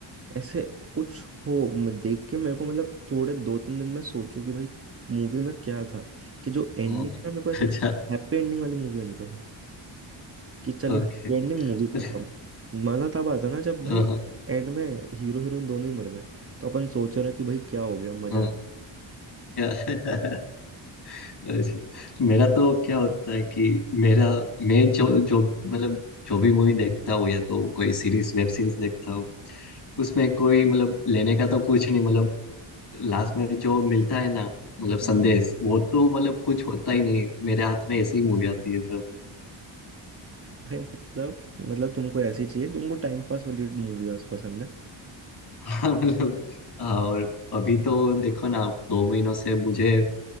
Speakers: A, on the right; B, on the left.
A: ऐसे कुछ हो मैं देख के मेरे को मतलब थोड़े दो तीन दिन में सोचूं कि भाई मूवी में क्या था कि जो एंडिंग
B: हाँ
A: है ना मेरे को ऐसे
B: अच्छा
A: हैप्पी एंडिंग वाली मूवी आनी पसंद कि चलो
B: ओके
A: हैप्पी एंडिंग मूवी
B: <laughs>
A: खत्म मज़ा तब आता ना जब भाई
B: हाँ
A: एंड में हीरो हीरोइन दोनों ही मर गए तो अपन सोच रहे हैं कि भाई क्या हो गया मज़ा
B: हाँ,
A: आ गया
B: या <laughs> अच्छा, मेरा तो क्या होता है कि मेरा मैं जो जो मतलब जो भी मूवी देखता हूँ या तो कोई सीरीज वेब सीरीज देखता हूँ उसमें कोई मतलब लेने का तो कुछ नहीं मतलब लास्ट में जो मिलता है ना मतलब
A: हम्म।
B: संदेश वो तो मतलब कुछ होता ही नहीं मेरे हाथ में ऐसे ही मूवी आती है सब
A: <laughs> भाई मतलब मतलब तुमको ऐसी चाहिए तुमको टाइम पास वाली मूवी पसंद है
B: <laughs> हाँ मतलब हाँ, और अभी तो देखो ना दो महीनों से मुझे